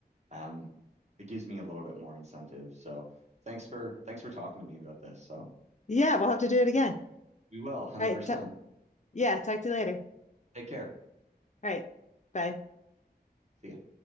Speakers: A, on the right (about 40°); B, on the left (about 45°).
A: um, it gives me a little bit more incentive. So thanks for thanks for talking to me about this. So
B: Yeah, we'll have to do it again.
A: we will 100%.
B: All right. T yeah, talk to you later.
A: Take care.
B: All right. Bye.
A: See ya.